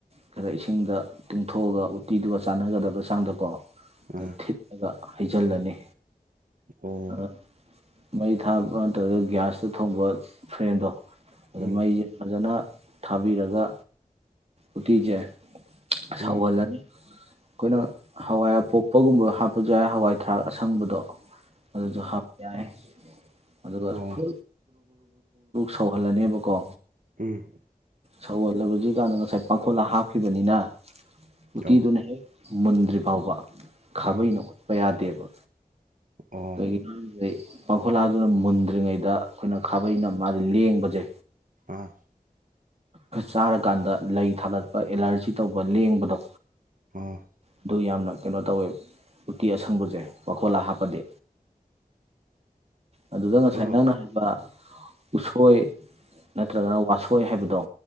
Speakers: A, on the right (about 45°); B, on the right (about 65°).
A: ꯈꯔ ꯏꯁꯤꯡꯗ ꯇꯤꯡꯊꯣꯛꯑꯒ ꯎꯠꯇꯤꯗꯨꯒ ꯆꯥꯟꯅꯒꯗꯕ ꯆꯥꯡꯗꯀꯣ
B: ꯑꯥ
A: ꯊꯤꯠꯂꯒ ꯍꯩꯖꯤꯜꯂꯅꯤ
B: ꯑꯣ
A: ꯑ ꯃꯩ ꯊꯥꯕ ꯅꯠꯇ꯭ꯔꯒ ꯒ꯭ꯌꯥꯁꯇ ꯊꯣꯡꯕ ꯐ꯭ꯔꯦꯝꯗꯣ ꯑꯗꯨ
B: ꯎꯝ
A: ꯃꯩꯁꯦ ꯐꯖꯅ ꯊꯥꯕꯤꯔꯒ ꯎꯇꯤꯁꯦ ꯁꯥꯎꯍꯜꯂꯅꯤ
B: ꯎꯝ
A: ꯑꯩꯈꯣꯏꯅ ꯍꯋꯥꯏ ꯑꯄꯣꯛꯄꯒꯨꯝꯕ ꯍꯥꯞꯄꯁꯨ ꯌꯥꯏ ꯍꯋꯥꯏ ꯊꯔꯥꯛ ꯑꯁꯪꯕꯗꯣ ꯑꯗꯨꯁꯨ ꯍꯥꯞ ꯌꯥꯑꯦ ꯑꯗꯨꯒ
B: ꯑꯣ
A: ꯐ ꯁꯧꯍꯜꯂꯅꯦꯕꯀꯣ
B: ꯎꯝ
A: ꯁꯧꯍꯜꯂꯖꯤ ꯀꯥꯟꯗ ꯉꯁꯥꯏ ꯄꯥꯡꯈꯣꯠꯂꯥ ꯍꯥꯞꯈꯤꯕꯅꯤꯅ ꯎꯇꯤꯗꯨꯅ
B: ꯑꯣ
A: ꯍꯦꯛ ꯃꯨꯟꯗ꯭ꯔꯤ ꯐꯥꯎꯕ ꯈꯥꯕꯩꯅ
B: ꯎꯝ
A: ꯈꯣꯠꯄ ꯌꯥꯗꯦꯕ
B: ꯑꯣ
A: ꯀꯩꯒꯤꯅꯣ ꯍꯥꯏ ꯄꯥꯡꯈꯨꯂꯥꯗꯨꯅ ꯃꯨꯟꯗ꯭ꯔꯤꯉꯩꯗ ꯑꯩꯈꯣꯏꯅ ꯈꯥꯕꯩꯅ ꯃꯥꯁ ꯂꯦꯡꯕꯁꯦ
B: ꯑꯥ
A: ꯆꯥꯔꯀꯥꯟꯗ ꯂꯩ ꯊꯥꯒꯠꯄ ꯑꯦꯂꯔꯖꯤ ꯇꯧꯕ ꯂꯦꯡꯕꯗꯣ
B: ꯑꯣ
A: ꯑꯗꯨ ꯌꯥꯝꯅ ꯀꯩꯅꯣ ꯇꯧꯋꯦ ꯎꯇꯤ ꯑꯁꯪꯕꯁꯦ ꯋꯥꯈꯣꯜꯂꯥ ꯍꯥꯞꯄꯗꯤ ꯑꯗꯨꯗ ꯉꯁꯥꯏ
B: ꯑꯗꯣ
A: ꯅꯪꯅ ꯍꯥꯏꯕ ꯎꯁꯣꯏ ꯅꯠꯇ꯭ꯔꯒꯅ ꯋꯥꯁꯣꯏ ꯍꯥꯏꯕꯗꯣ